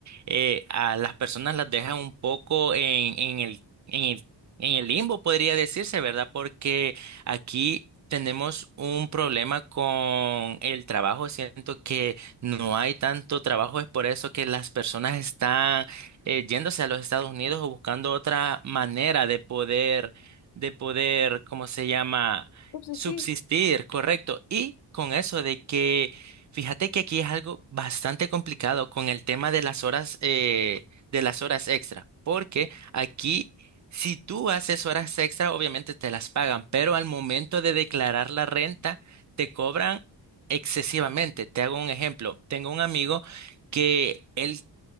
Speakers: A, on the right; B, on the left.
A: eh, a las personas las dejan un poco en, en el... en el En el limbo podría decirse, ¿verdad? Porque aquí tenemos un problema con el trabajo. Siento que no hay tanto trabajo. Es por eso que las personas están eh, yéndose a los Estados Unidos o buscando otra manera de poder, de poder, ¿cómo se llama?
B: Pues sí,
A: Subsistir,
B: sí,
A: correcto. Y con eso de que, fíjate que aquí es algo bastante complicado con el tema de las horas, eh, de las horas extra. Porque aquí si tú haces horas extra, obviamente te las pagan, pero al momento de declarar la renta, te cobran excesivamente. Te hago un ejemplo. Tengo un amigo que él